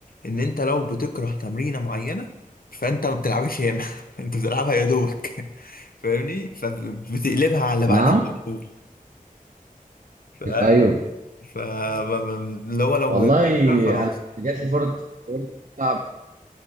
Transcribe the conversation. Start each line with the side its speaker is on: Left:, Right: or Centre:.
Left: ان انت لو بتكره تمرينة معينة فانت ما بتلعبش ياما <laughs> انت بتلعبها يا دوبك <laughs> فاهمني فبتقلبها على اللي بعدها
Right: نعم
Left: على طول فاهمني
Right: ايوه
Left: فاللي هو لو
Right: والله
Left: بتكره خلاص
Right: انا جات لي فرد برضه بلعب